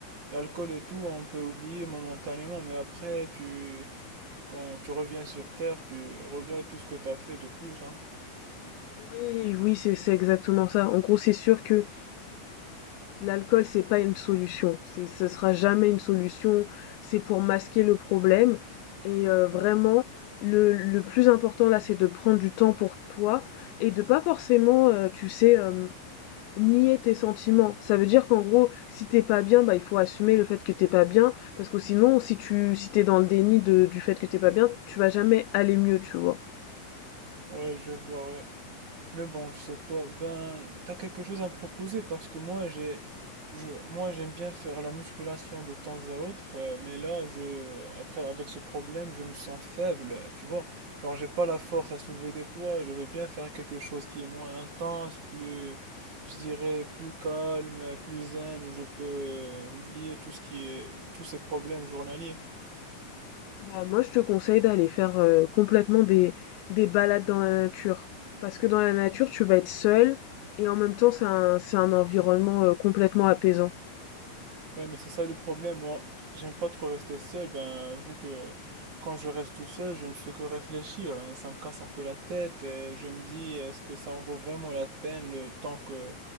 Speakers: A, on the right; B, on the left.
A: l'alcool et tout, on peut oublier momentanément, mais après, tu, quand tu reviens sur Terre, tu regrettes tout ce que tu as fait de plus, hein.
B: Oui, oui, c'est c'est exactement ça. En gros, c'est sûr que l'alcool, c'est pas une solution. C'est, ce sera jamais une solution. C'est pour masquer le problème. Et euh, vraiment,
A: Ouais,
B: le, le plus important là, c'est de prendre du temps pour toi et de pas forcément, euh, tu sais, euh, nier tes sentiments. Ça veut dire qu'en gros, si t'es pas bien, bah il faut assumer le fait que t'es pas bien, parce que sinon, si tu, si t'es dans le déni de, du fait que t'es pas bien, tu vas jamais aller mieux, tu vois.
A: ouais, je vois, ouais. Mais bon, je sais pas. Ben, t'as quelque chose à me proposer parce que moi, j'ai, je, moi, j'aime bien faire la musculation de temps à autre, euh, mais là, je, après, avec ce problème, je me sens faible, tu vois. Genre, j'ai pas la force à soulever des poids. Je veux bien faire quelque chose qui est moins intense, plus, je dirais, plus calme, plus zen, où je peux euh, oublier tout ce qui est, tous ces problèmes journaliers.
B: Bah, moi, je te conseille d'aller faire euh, complètement des, des balades dans la nature. Parce que dans la nature, tu vas être seul et en même temps, c'est un, c'est un environnement euh, complètement apaisant.
A: Ouais, mais c'est ça le problème. Moi, j'aime pas trop rester seul, ben, vu que quand je reste tout seul, je ne fais que réfléchir. hein. Ça me casse un peu la tête et je me dis, est-ce que ça en vaut vraiment la peine le temps que,